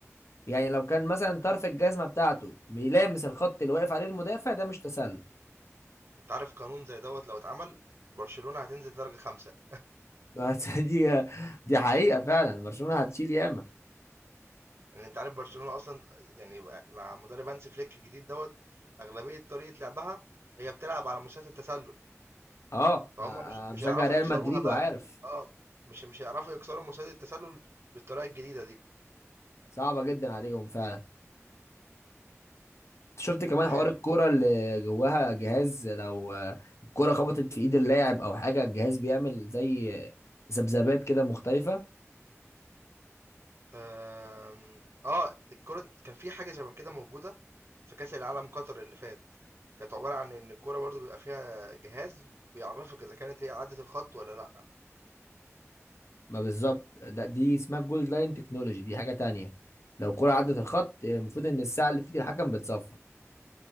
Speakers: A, on the left; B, on the right.
A: يعني لو كان مثلا طرف الجزمه بتاعته بيلامس الخط اللي واقف عليه المدافع ده مش تسلل
B: انت عارف قانون زي دوت لو اتعمل برشلونه هتنزل درجه خمسه <laughs>
A: <laughs> بس دي دي حقيقه فعلا برشلونه هتشيل ياما
B: يعني انت عارف برشلونه اصلا يعني بقى- مع مدرب هانسي فليك الجديد دوت اغلبيه طريقه لعبها هي بتلعب على مستوى التسلل
A: اه
B: فهم
A: أنا
B: مش مش
A: مشجع
B: هيعرفوا
A: ريال
B: يكسروها
A: مدريد
B: بقى
A: وعارف
B: بال اه مش مش هيعرفوا يكسروا مستوى التسلل بالطريقه الجديده دي
A: صعبه جدا عليهم فعلا شفت كمان
B: آه،
A: حوار الكوره اللي جواها جهاز لو الكوره خبطت في ايد اللاعب او حاجه الجهاز بيعمل زي ذبذبات كده مختلفه
B: آمم، آه، الكورة كان في حاجة شبه كده موجودة في كأس العالم قطر اللي فات، كانت عبارة عن إن الكورة برضه بيبقى فيها جهاز بيعرفك إذا كانت هي عدت الخط والّا لأ.
A: ما بالظبط ده دي اسمها جولد لاين تكنولوجي دي حاجه تانية لو الكوره عدت الخط المفروض ان الساعه اللي في ايد الحكم بتصفر